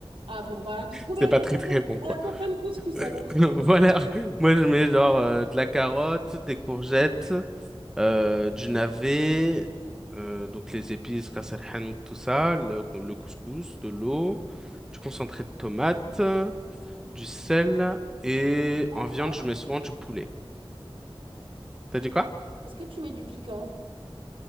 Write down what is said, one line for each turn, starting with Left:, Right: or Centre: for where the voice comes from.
Right: Ah bon, bah, j'ai trouvé
Centre: C'est
Right: un
Centre: pas
Right: copain
Centre: très, très
Right: de
Centre: bon, quoi.
Right: un copain de couscous
Centre: <laughs>
Right: alors.
Centre: Voilà. Moi, je mets genre euh, de la carotte, des courgettes. Euh, du navet, euh, donc les épices, ras el hanout, tout ça, le, le couscous, de l'eau, du concentré de tomate,
Right: Ouais.
Centre: du sel, et
Right: Tu mets du piquant
Centre: en
Right: ou
Centre: viande,
Right: pas
Centre: je mets souvent du poulet. T'as dit quoi?
Right: Est-ce que tu mets du piquant?